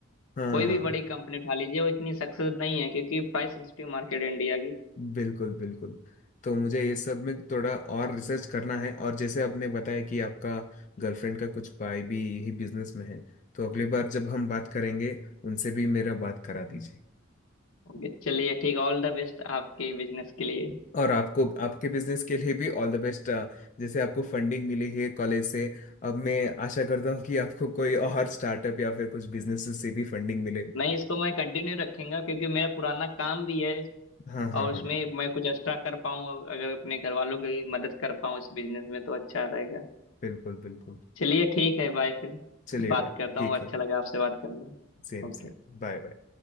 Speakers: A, on the left; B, on the left.
A: हाँ
B: कोई भी
A: हाँ
B: बड़ी कंपनी उठा लीजिए वो इतनी सक्सेस नहीं है क्योंकि प्राइस सेंसिटिव मार्केट है इंडिया की
A: बिल्कुल बिल्कुल तो मुझे ये सब में थोड़ा और रिसर्च करना है और जैसे आपने बताया कि आपका गर्लफ्रेंड का कुछ भाई भी यही बिजनेस में है तो अगली बार जब हम बात करेंगे उनसे भी मेरा बात करा दीजिए
B: ओके, चलिए ठीक ऑल द बेस्ट आपके बिजनेस के लिए
A: और आपको आपके बिजनेस के लिए भी ऑल द बेस्ट जैसे आपको फंडिंग मिली है कॉलेज से अब मैं आशा करता हूँ कि आपको कोई और स्टार्टअप या फिर कुछ बिजनेस से भी फंडिंग मिले
B: नहीं इसको मैं कंटिन्यू रखूंगा क्योंकि मेरा पुराना काम भी है
A: हाँ हाँ
B: और
A: हाँ
B: उसमें मैं कुछ एक्स्ट्रा कर पाऊँ अगर अपने घर वालों की मदद कर पाऊँ इस बिजनेस में तो अच्छा रहेगा
A: बिल्कुल बिल्कुल
B: चलिए ठीक है बाय फिर
A: चलिए
B: बात
A: भाई
B: करता
A: ठीक
B: हूँ अच्छा
A: है
B: लगा आपसे बात करना
A: Same
B: ओके
A: same bye bye